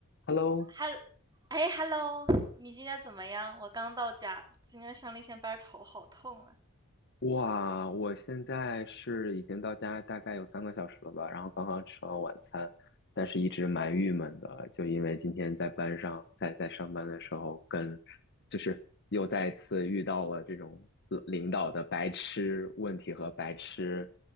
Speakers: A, on the left (about 55°); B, on the right (about 20°).
A: Hello，
B: 哈，哎，hello，你今天怎么样？我刚到家，今天上了一天班儿，头好痛啊。
A: 哇，我现在是已经到家大概有三个小时了吧，然后刚刚吃完晚餐，但是一直蛮郁闷的，就因为今天在班上，在在上班的时候跟，就是又再一次遇到了这种领领导的白痴问题和白痴